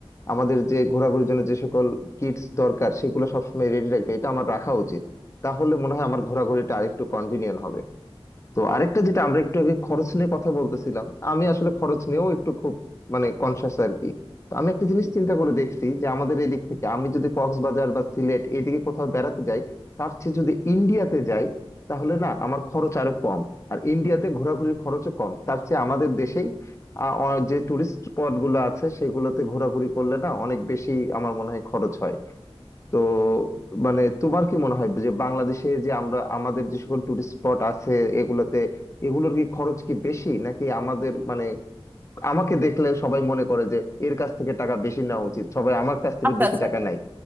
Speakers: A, on the left (about 30°); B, on the right (about 20°).
A: আমাদের যে ঘোরাঘুরির জন্য যে সকল কিটস দরকার সেগুলো সবসময় রেডি রাখবে এটা আমার রাখা উচিত তাহলে মনে হয় আমার ঘোরাঘুরিটা আরেকটু কনভিনিয়েন্ট হবে তো আরেকটা যেটা আমরা একটু আগে খরচ নিয়ে কথা বলতেছিলাম আমি আসলে খরচ নিয়েও একটু খুব মানে কনসাস আর কি তো আমি একটা জিনিস চিন্তা করে দেখছি যে আমাদের এদিক থেকে আমি যদি কক্সবাজার বা সিলেট এদিকে কোথাও বেড়াতে যাই তার চেয়ে যদি ইন্ডিয়াতে যাই তাহলে না আমার খরচ আরো কম আর ইন্ডিয়াতে ঘোরাঘুরির খরচও কম তার চেয়ে আমাদের দেশেই আহ, অ- যে টুরিস্ট স্পট গুলো আছে সেগুলোতে ঘোরাঘুরি করলে না অনেক বেশি আমার মনে হয় খরচ হয় তো মানে তোমার কি মনে হয় যে বাংলাদেশে যে আমরা আমাদের যে সকল টুরিস্ট স্পট আছে এগুলোতে এগুলোর কি খরচ কি বেশি নাকি আমাদের মানে আমাকে দেখলে সবাই মনে করে যে এর কাছ থেকে টাকা বেশি নেওয়া উচিত সবাই আমার কাছ থেকে
B: আচ্ছা
A: বেশি
B: আচ্ছা
A: টাকা
B: আচ্ছা।
A: নেয়